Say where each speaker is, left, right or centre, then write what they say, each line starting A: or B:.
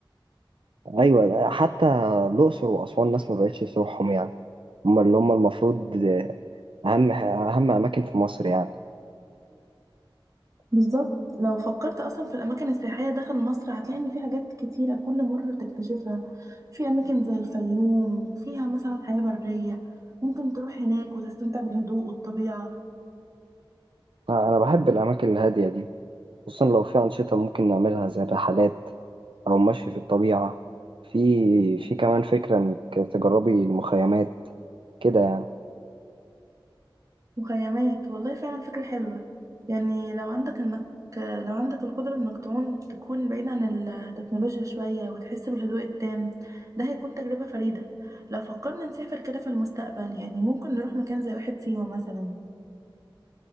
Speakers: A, on the right; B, on the right.
A: ايوه حتى الأقصر وأسوان ناس ما بقتش تروحهم يعني هم اللي هم المفروض آه، أهم أهم أماكن في مصر يعني
B: بالظبط لو فكرت أصلا في الأماكن السياحية داخل مصر هتلاقي إن في حاجات كتيرة كل مرة تكتشفها في أماكن زي الفيوم فيها مثلا حياة برية ممكن تروح هناك وتستمتع بالهدوء والطبيعة
A: أنا بحب الأماكن الهادية دي خصوصا لو في أنشطة ممكن نعملها زي الرحلات أو مشي في الطبيعة في في كمان فكرة إنك تجربي المخيمات كده يعني
B: مخيمات والله فعلا فكرة حلوة يعني لو عندك انك لو عندك القدرة انك تعون تكون بعيد عن التكنولوجيا شوية وتحس بالهدوء التام ده هيكون تجربة فريدة لو فكرنا نسافر كده في المستقبل يعني ممكن نروح مكان زي واحة سيوة مثلا